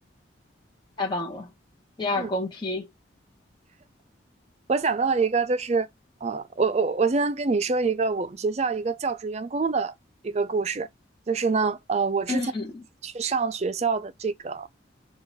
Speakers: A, on the left (about 25°); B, on the right (about 35°).
A: 太棒了，第二公批。
B: 嗯。我想到了一个，就是呃，我我我先跟你说一个我们学校一个教职员工的一个故事，就是呢，呃，我之前去上学校的这个
A: 嗯